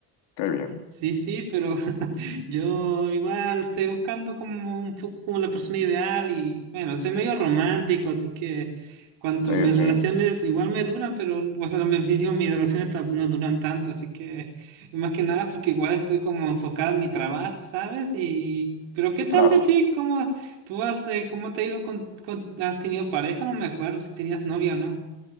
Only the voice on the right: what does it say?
Sí, sí, pero <laughs> yo igual estoy buscando como un poco como la persona ideal y bueno, soy medio romántico, así que cuanto
mis relaciones
igual me duran, pero o sea, me digo, mis relaciones tam- no duran tanto, así que más que nada porque igual estoy como enfocado en mi trabajo, ¿sabes? Y pero ¿qué tal
de ti? ¿Cómo tú has eh, cómo te ha ido con, con has tenido pareja? No me acuerdo si tenías novia o no.